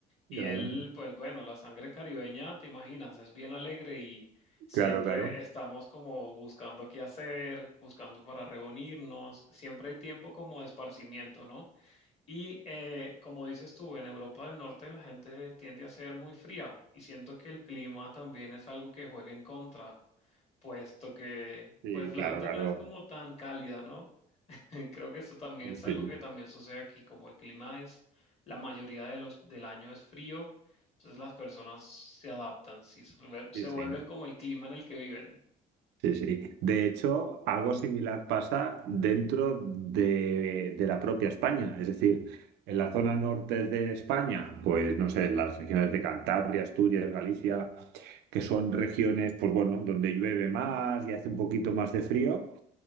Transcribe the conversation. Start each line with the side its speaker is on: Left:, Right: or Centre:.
Left: Y
Right: claro,
Left: él, pues bueno, la sangre caribeña, te imaginas, es bien alegre y siempre
Right: claro, claro.
Left: estamos como buscando qué hacer, buscando para reunirnos, siempre hay tiempo como de esparcimiento, ¿no? Y eh, como dices tú, en Europa del Norte la gente tiende a ser muy fría y siento que el clima también es algo que juega en contra, puesto que
Right: Sí,
Left: pues la
Right: claro,
Left: gente
Right: claro.
Left: no es como tan cálida, ¿no? <laughs> Creo que eso también
Right: Sí,
Left: es algo que también sucede aquí, como el clima es, la mayoría de los, del año es frío, entonces las personas se adaptan, sí, se vuel- se
Right: sí, sí.
Left: vuelven como el clima en el que viven.
Right: Sí, sí. De hecho, algo similar pasa dentro de, de la propia España. Es decir, en la zona norte de España, pues no sé, en las regiones de Cantabria, Asturias, Galicia, que son regiones, pues bueno, donde llueve más y hace un poquito más de frío